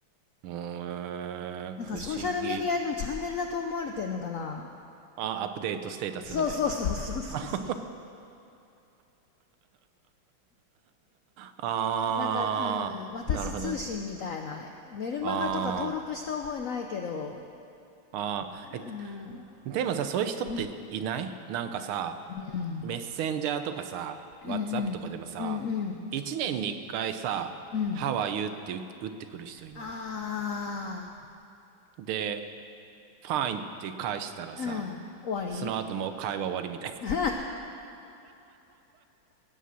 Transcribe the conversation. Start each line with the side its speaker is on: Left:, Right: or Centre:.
Right: うーん。
Left: なんかソーシャルメディアのチャンネルだと思われてんのかな
Right: 不思議。あ、アップデートステータスみたいな。
Left: そうそうそうそうそうそう。
Right: <laughs> ああ、
Left: なんか、うん、私通信みたいな。
Right: なるほどね。
Left: メルマガとか登録した覚えないけど、
Right: あああ、
Left: うん。
Right: え、でもさ、そういう人っていないなんかさ、
Left: うん、うん、
Right: メッセンジャーとかさ、WhatsApp
Left: うん、
Right: とかでもさ、
Left: うん、うん、
Right: 一年に一回さ、
Left: うん。
Right: How are you って打ってくる人いない
Left: あ
Right: で、Fine って返したらさ、
Left: あ、うん、終わり
Right: その後もう会話終わりみたい
Left: <laughs>